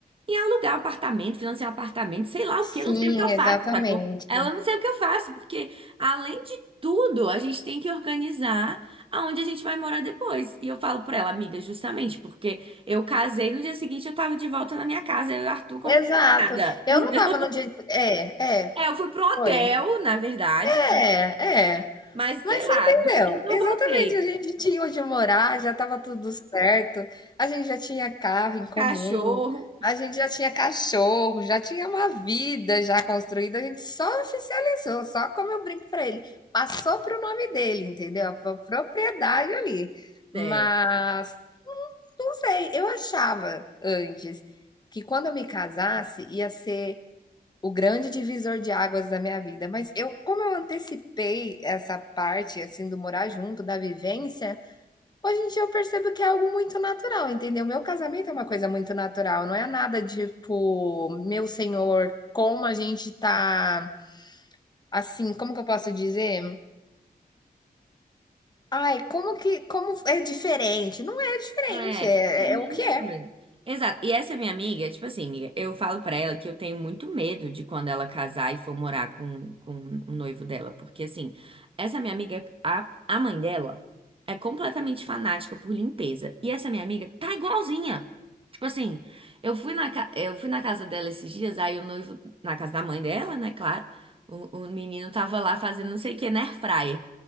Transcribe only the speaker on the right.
em alugar um apartamento, financiar um apartamento, sei lá o que,
eu não sei o que eu faço,
sacou? Ela não sei o que eu faço, porque além de tudo, a gente tem que organizar aonde a gente vai morar depois. E eu falo pra ela, amiga, justamente porque eu casei, no dia seguinte eu tava de volta na minha casa, eu e o Arthur como
se nada.
<laughs>
É, eu fui para um hotel,
na verdade,
né?
mas
sei
lá,
domingo eu
voltei.
Cachorro,
é.
Ah, É,
é a mesma
coisa. Exato. E essa minha amiga, tipo assim, amiga, eu falo pra ela que eu tenho muito medo de quando ela casar e for morar com, com o noivo dela. Porque, assim, essa minha amiga, a, a mãe dela é completamente fanática por limpeza. E essa minha amiga tá igualzinha. Tipo assim, eu fui na, ca- eu fui na casa dela esses dias, aí o noivo, na casa da mãe dela, né, claro. O, o menino tava lá fazendo não sei o que na airfryer.